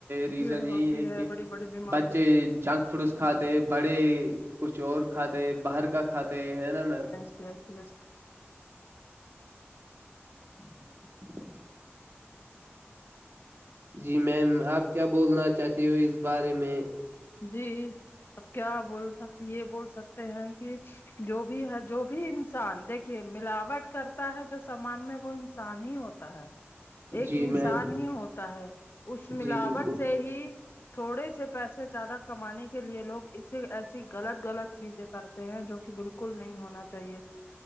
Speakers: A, on the right (about 65°); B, on the left (about 60°).
A: ریزن
B: بھیڑ
A: یہی
B: ہوتی
A: ہے کہ
B: بڑی بڑی بیماریاں
A: بچے جنک فروس کھاتے بڑے کچھ اور کھاتے باہر کا کھاتے ہے نا میم
B: جیی <unintelligible>
A: <inaudible> جی میم آپ کیا بولنا چاہتی ہو اس بارے میں
B: جی ا کیا بول سک یہ بول سکتے ہیں کہ جو بھی ہے جو بھی انسان <unintelligible> دیکھیے ملاوٹ کرتا ہے جو سامان میں وہ انسان ہی ہوتا ہے <unintelligible> ایک
A: جی
B: انسان
A: میم
B: ہی ہوتا ہے اس
A: جی
B: ملاوٹ
A: بالکل
B: سے ہی <unintelligible> تھوڑے سے پیسے زیادہ کمانے کے لیے لوگ اسے ایسی غلط غلط چیزیں کرتے ہیں جو کہ بالکل بالکل نہیں ہونا چاہیے